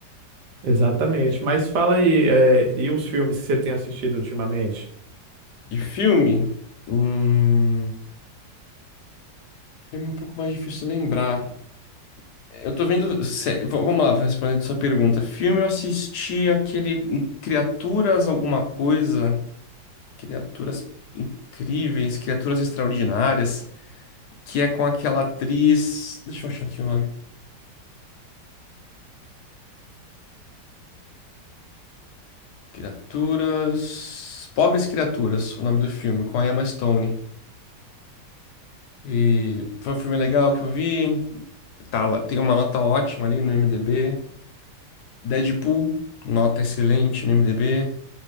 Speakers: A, on the right (about 70°); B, on the left (about 70°).
A: Exatamente. Mas fala aí, é, e os filmes que você tem assistido ultimamente?
B: De filme? Hum, filme um pouco mais difícil de lembrar. Eu tô vendo. sé- v- Vamos lá, respondendo sua pergunta. Filme eu assisti aquele hum, Criaturas alguma coisa. Criaturas incríveis, criaturas extraordinárias. Que é com aquela atriz. Deixa eu achar aqui o nome. Criaturas. Pobres Criaturas, o nome do filme, com a Emma Stone. E foi um filme legal que eu vi. Tá, lá- tem uma nota ótima ali no IMDb. Deadpool, nota excelente no IMDb.